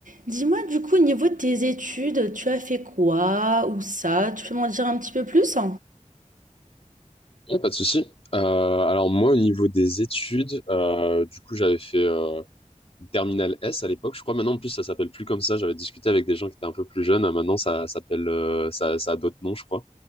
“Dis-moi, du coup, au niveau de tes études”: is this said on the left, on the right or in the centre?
Right